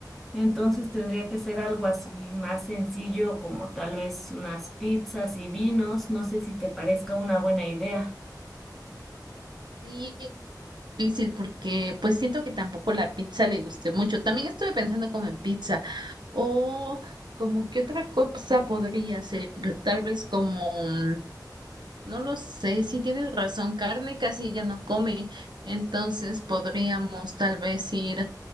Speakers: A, in the centre; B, on the right.
A: Entonces tendría que ser algo así más sencillo, como tal vez unas pizzas y vinos. No sé si te parezca una buena idea.
B: Sí, es difícil porque pues siento que tampoco la pizza le guste mucho. También estuve pensando como en pizza o como qué otra cosa podría ser, tal vez como, mm, no lo sé, si tienes razón, carne casi ella no come, entonces podríamos tal vez ir